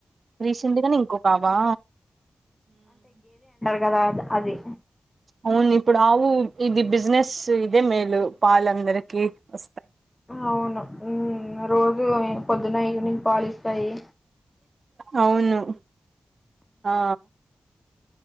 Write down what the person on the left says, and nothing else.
కద త్ అది
అవును ఉం రోజు పొద్దున్నా ఈవినింగ్ పాలిస్తాయి